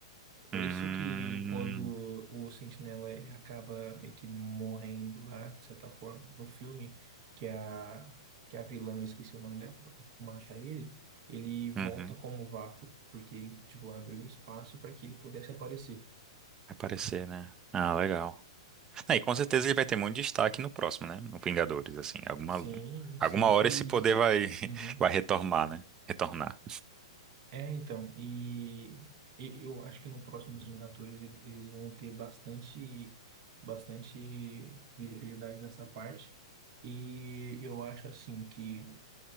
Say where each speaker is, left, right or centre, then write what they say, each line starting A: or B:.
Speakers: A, on the right; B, on the right.
A: Por
B: Hum,
A: isso que quando o Sentinela ele acaba meio que morrendo lá, de certa forma, no filme, que é a, que é a vilã, eu esqueci o nome dela, mata ele, ele volta
B: uhum.
A: como
B: Vai
A: vácuo, porque ele, tipo, abriu espaço para que ele pudesse aparecer.
B: aparecer, né? Ah, legal. Aí, com certeza ele vai ter muito destaque no próximo, né? No Vingadores, assim, alguma
A: Sim,
B: alguma
A: sim,
B: hora
A: e...
B: esse poder vai <laughs>
A: uhum.
B: vai retornar, né? Retornar
A: É, então, e, e eu acho que no próximo Vingadores ele- eles vão ter bastante, bastante visibilidade nessa parte. E eu acho assim que